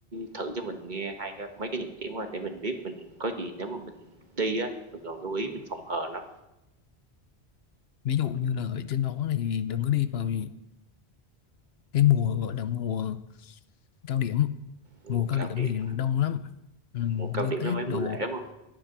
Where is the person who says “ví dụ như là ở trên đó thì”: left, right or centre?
Left